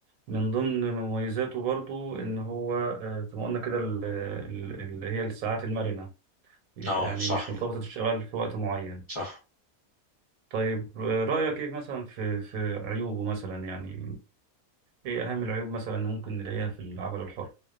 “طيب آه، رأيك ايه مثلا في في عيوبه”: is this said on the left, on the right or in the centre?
Right